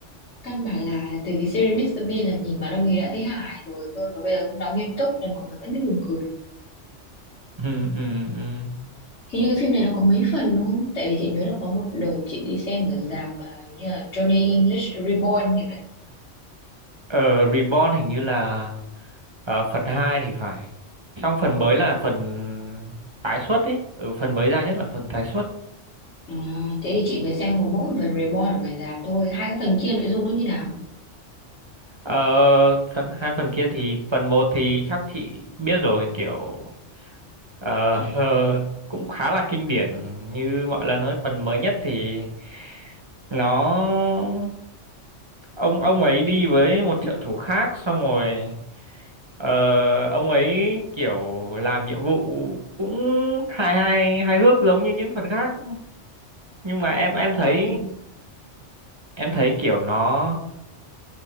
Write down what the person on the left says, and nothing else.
Căn bản là từ cái series Mr. Bean là nhìn mặt ông ấy đã thấy hài rồi cơ và bây giờ ông đóng nghiêm túc là mọi người vẫn thấy buồn cười.
Hình như cái phim này nó có mấy phần đúng không? Tại vì chị nhớ là có một đợt chị đi xem ở rạp à, hình như là Johnny English Reborn thì phải
À, thế thì chị mới xem có mỗi phần Reborn ở ngoài rạp thôi hai cái phần kia nội dung nó như nào
ừ.